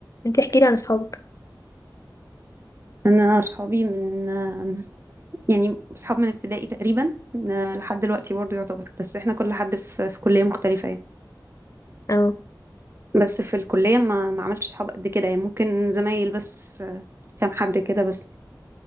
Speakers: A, on the left (about 45°); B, on the right (about 35°).
A: انت احكي لي عن اصحابك
B: انا صحابي من آم، يعني صحاب من ابتدائي تقريبا آه، لحد دلوقتي برضه يعتبر بس احنا كل حد في في كلية مختلفة يعني
A: اه
B: بس في الكلية ما ما عملتش صحاب قد كده يعني ممكن زمايل بس آه، كام حد كده بس